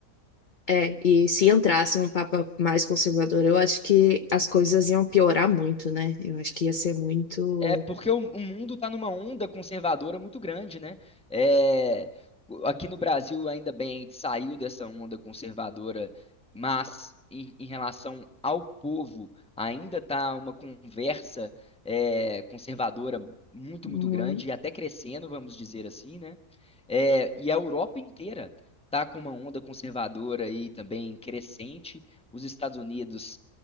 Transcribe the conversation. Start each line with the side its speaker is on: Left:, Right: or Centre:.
Left: É, e se entrasse um papa mais conservador, eu acho que as coisas iam piorar muito, né? Eu acho que ia ser muito.
Centre: É porque o, o mundo está numa onda conservadora muito grande, né? É, o- aqui no Brasil, ainda bem, a gente saiu dessa onda conservadora, mas em, em relação ao povo, ainda está uma conversa é, conservadora muito,
Left: Uhum.
Centre: muito grande e até crescendo, vamos dizer assim, né? É, e a Europa inteira está com uma onda conservadora aí também crescente. Os Estados Unidos